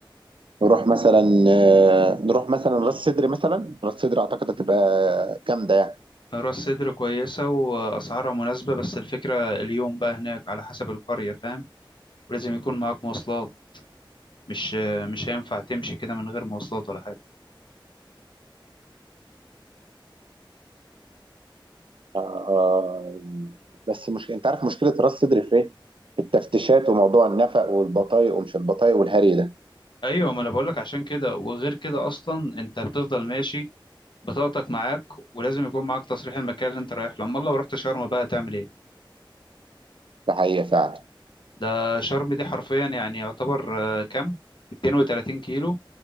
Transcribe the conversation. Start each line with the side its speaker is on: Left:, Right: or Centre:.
Right: نروح مثلا آه، نروح مثلا راس سدر مثلا راس سدر اعتقد هتبقى جامده يعني
Left: راس سدر كويسة وأسعارها مناسبة بس الفكرة اليوم بقى هناك على حسب القرية فاهم ولازم يكون معاك مواصلات مش مش هينفع تمشي كده من غير مواصلات ولا حاجة
Right: آه، آه، بس مش انت عارف مشكله راس صدر في ايه؟ في التفتيشات وموضوع النفق والبطايق ومش البطايق والهري ده
Left: أيوة ما أنا بقولك عشان كده وغير كده أصلا أنت بتفضل ماشي بطاقتك معاك ولازم يكون معاك تصريح المكان اللي انت رايح له امال لو رحت شرم بقى تعمل ايه
Right: ده حقيقه فعلا
Left: ده شرم دي حرفيا يعني يعتبر آه، كام 230 كيلو